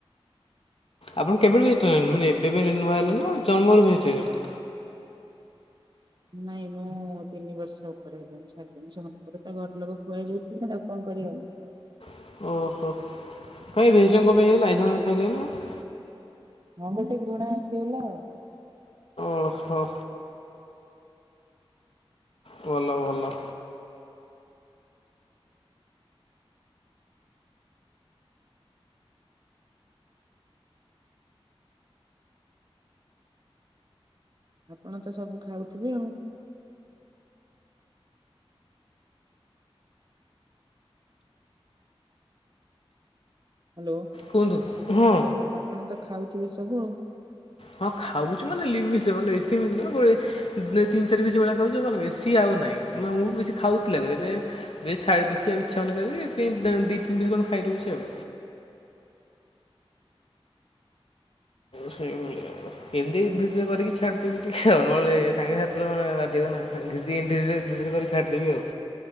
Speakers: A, on the left; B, on the right.
A: ଆପଣ କେବେଠୁ ଭେଜିଟେରିଆନ ମାନେ ଏବେ ଏବେ ନୁଆ ହେଲେ ନା ଜନ୍ମରୁ ଭେଜିଟେରିଆନ?
B: ନାଇଁ ମୁଁ ତିନି ବର୍ଷ ଉପରେ ହେଲିଣି ଛଡିଲିଣି ଜନ୍ମରୁ ତ ଘରଲୋକ ଖୁଆଇ ଦେଇଥିଲେ ଆଉ। କଣ କରିହବ।
A: ଓହୋ କଣ ଭେଜିଟେରିଆନ କଣ ପାଇଁ ହେଇଗଲେ? ଆଇଁଷ ଫାଇଁଷ ଖାଇଲେନି ଆଉ?
B: ମୋ ଗୋଟେ ଘୃଣା ଆସିଗଲା ଆଉ।
A: ଓ ହୋ। ଭଲ ଭଲ।
B: ଆପଣ ତ ସବୁ ଖାଉଥିବେ ଆଉ। ହ୍ୟାଲୋ
A: କୁହନ୍ତୁ ହଁ।
B: ଆପଣ ତ ଖାଉଥିବେ ସବୁ ଆଉ।
A: ହଁ ଖାଉଛି ମାନେ ଲିମିଟରେ ମାନେ ବେଶୀ ବି ନୁହଁ ଗୋଟେ ତିନି ଚାରି ପିସ୍ ଭଳିଆ ଖାଉଚି ଆଉ କଣ ବେଶୀ ଆଉ ନାହିଁ ମୁଁ ବେଶୀ ଖାଉଥିଲେ ଆଗରୁ ଏବେ ଏବେ ଛାଡି ବେଶି ଆଉ ଇଚ୍ଚ୍ଛା ହଉନି କରିକି ବ ଦି ତିନି ପିସ୍ କଣ ଖାଇଦଉଚି ଆଉ। ସେଇଭଳିଆ ଏମିତି ଦୁଇ ଦ କରିକି ଛାଡିଦେବି ଟିକେ ଆଉ ନହେଲେ ସାଙ୍ଗେ ସାଥି ଦେଲେ ମାନେ ବାଧିବ ନା। ଧୀରେ ଧୀରେ ଧୀରେ ଧୀରେ କରି ଛାଡିଦେବି ଆଉ।